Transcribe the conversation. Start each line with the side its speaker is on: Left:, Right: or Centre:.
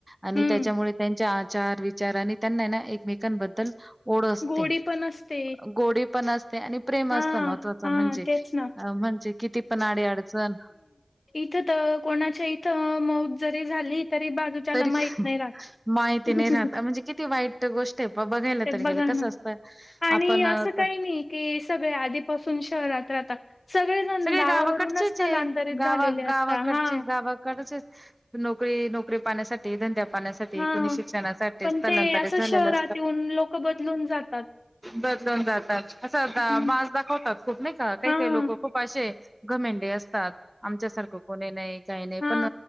Right: आणि
Left: हम्म
Right: त्याच्यामुळे त्यांच्या चार विचार आणि त्यांना ना एकमेकांबद्दल ओढ असते
Left: गोडी पण असते
Right: गोडी पण असते. ते आणि प्रेम
Left: हा
Right: असत महत्त्वाच
Left: हा
Right: म्हणजे
Left: तेच ना
Right: अ म्हणजे किती पण अडी अडचण
Left: इथ कोणाच्या इथ मौत जरी झाली. तरी बाजूच्याला
Right: तरी
Left: माहित नाही राहत.
Right: माहिती नाही राहत म्हणजे किती वाईट गोष्ट आहे बघायला
Left: ते
Right: तर
Left: बघा
Right: गेलं कसं
Left: ना
Right: असतं
Left: आणि
Right: आपण अ,
Left: असं
Right: तर
Left: काही नाही कि सगळे आधीपासून शहरात <unintelligible> सगळेजण
Right: सगळे
Left: गावावरूनच
Right: गावाकडचेच
Left: स्थलांतरित
Right: आहे गावा
Left: झालेले असता
Right: गावाकडचे
Left: हा
Right: गावाकडचे नोकरी नोकरी पाहण्यासाठी धंद्या पाण्यासाठी
Left: हा
Right: कुणी शिक्षणासाठी
Left: पण
Right: स्थलांतरित
Left: ते असं
Right: झालेलं.
Left: शहरात येऊन लोक बदलून जातात.
Right: बदलून जातात असं आता
Left: हं,
Right: माज दाखवतात खूप नाही काही
Left: हां.
Right: काही लोक खूप असे घमेंडे असतात आमच्यासारख कोणी नाही. काही नाही
Left: हा
Right: पण